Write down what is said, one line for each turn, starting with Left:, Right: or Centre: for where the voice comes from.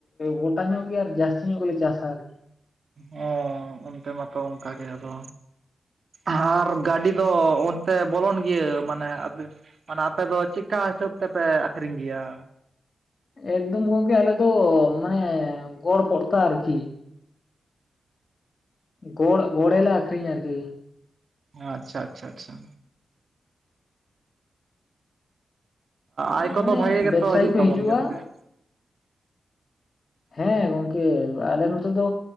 Left: ᱜᱚᱴᱟ ᱧᱚᱜ ᱜᱮ ᱟᱨ ᱡᱟᱹᱥᱛᱤ ᱧᱚᱜ ᱜᱮᱞᱮ ᱪᱟᱥᱟ ᱟᱨᱠᱤ।
Right: ᱦᱸ ᱚᱱᱛᱮ ᱢᱟᱛᱚ ᱚᱱᱠᱟ ᱜᱮ ᱟᱫᱚ। ᱟᱨ ᱜᱟᱹᱰᱤ ᱫᱚ ᱚᱱᱛᱮ ᱵᱚᱞᱚᱱ ᱜᱮᱤᱭᱟᱹ ᱢᱟᱱᱮ- ᱢᱟᱱᱮ ᱟᱯᱮ ᱫᱚ ᱪᱮᱫᱠᱟ ᱦᱤᱥᱟᱹᱵ ᱛᱮᱯᱮ ᱟᱠᱷᱨᱤᱧ ᱜᱮᱭᱟ।
Left: ᱮᱠᱫᱚᱢ ᱜᱚᱝᱠᱮ ᱟᱞᱮ ᱫᱚ ᱢᱟᱱᱮ ᱜᱚᱲ ᱯᱚᱲᱛᱟ ᱟᱨᱠᱤ। ᱜᱚᱲ ᱜᱚᱲ ᱞᱮ ᱟᱠᱷᱨᱤᱧᱟ ᱟᱨᱠᱤ।
Right: ᱟᱪᱪᱷᱟ ᱟᱪᱪᱷᱟ ᱟᱪᱪᱷᱟ। ᱟᱭ ᱠᱚᱫᱚ
Left: ᱢᱟᱱᱮ
Right: ᱵᱷᱟᱜᱮ ᱜᱮᱛᱚ
Left: ᱵᱮᱵᱽᱥᱟᱭᱤ
Right: ᱦᱤᱡᱩᱜ
Left: ᱠᱚ
Right: ᱛᱟᱵᱚᱱ
Left: ᱦᱤᱡᱩᱜᱼᱟ
Right: ᱜᱮᱭᱟ ᱥᱮ ᱪᱮᱫ।
Left: ᱦᱮᱸ ᱜᱚᱝᱠᱮ ᱟᱞᱮ ᱱᱚᱛᱮ ᱫᱚ।